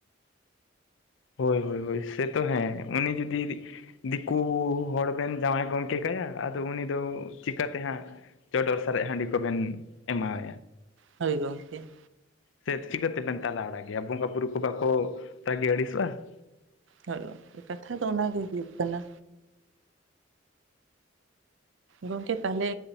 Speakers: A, on the left; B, on the right.
A: ᱦᱳᱭ ᱦᱳᱭ ᱦᱳᱭ ᱥᱮᱛᱚ ᱦᱮᱸ ᱩᱱᱤ ᱡᱩᱫᱤ᱾ ᱫᱤᱠᱩ ᱦᱚᱲ ᱵᱮᱱ ᱡᱟᱶᱟᱭ ᱜᱚᱢᱠᱮ ᱠᱟᱭᱟ ᱟᱫᱚ ᱩᱱᱤ ᱫᱚ᱾ ᱪᱤᱠᱟᱹᱛᱮᱦᱟᱸᱜ ᱪᱚᱰᱚᱨ ᱥᱟᱨᱮᱡ ᱦᱟᱺᱰᱤ ᱠᱚᱵᱮᱱ ᱮᱢᱟᱣᱼᱟ᱾
B: ᱦᱳᱭ ᱜᱚᱢᱠᱮ᱾
A: ᱥᱮ ᱪᱤᱠᱟᱹᱛᱮᱵᱮᱱ ᱛᱟᱞᱟ ᱚᱲᱟᱜ ᱜᱮᱭᱟ, ᱵᱚᱸᱜᱟ ᱵᱩᱨᱩ ᱠᱚ ᱵᱟᱠᱚ ᱨᱟᱜᱤ- ᱟᱹᱲᱤᱥᱚᱜᱼᱟ᱾ <unintelligible>
B: ᱦᱳᱭ ᱠᱟᱛᱷᱟ ᱫᱚ ᱚᱱᱟ ᱜᱮ ᱦᱩᱭᱩᱜ ᱠᱟᱱᱟ᱾ ᱜᱚᱝᱠᱮ ᱛᱟᱦᱚᱞᱮ